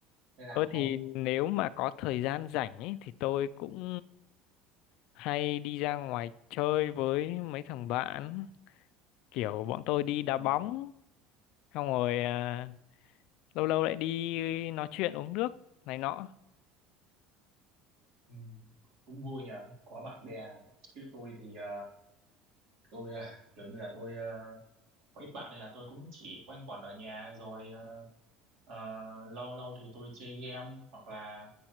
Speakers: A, on the right; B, on the left.
A: hay làm
B: Tôi
A: không?
B: thì nếu mà có thời gian rảnh ấy, thì tôi cũng hay đi ra ngoài chơi với mấy thằng bạn. Kiểu bọn tôi đi đá
A: Ừ.
B: bóng, xong rồi à, lâu lâu lại đi nói chuyện uống nước này nọ.
A: Ừ. Cũng vui nhờ, có bạn bè. Chứ tôi thì ờ, tôi à, kiểu như là tôi à, có ít bạn nên là tôi cũng chỉ quanh quẩn ở nhà rồi à, à, lâu lâu thì tôi chơi game hoặc là